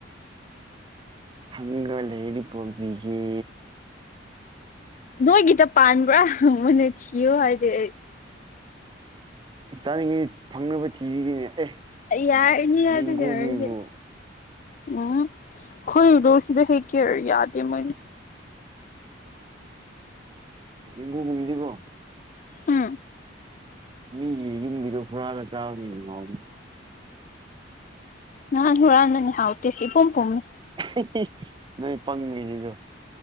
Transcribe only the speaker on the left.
ꯅꯣꯏꯒꯤꯗ ꯄꯥꯟꯕ꯭ꯔ ꯍꯪꯕꯅꯦ ꯊꯤꯌꯣ ꯍꯥꯏꯗꯦ ꯑꯩ
ꯑꯩ ꯌꯥꯔꯅꯤ
ꯑꯗꯨꯒꯤ ꯑꫭꯏꯔꯗꯤ ꯎꯝ ꯈꯣꯏꯗꯣ ꯁꯤꯗ ꯍꯦꯛ ꯀꯦ ꯌꯥꯗꯦ ꯃꯣꯏꯅ
ꯎꯝ
ꯅꯍꯥꯟ ꯍꯨꯔꯥꯟꯕꯅꯦ ꯍꯥꯎꯇꯦ ꯏꯄꯨꯝ ꯄꯨꯝꯃꯤ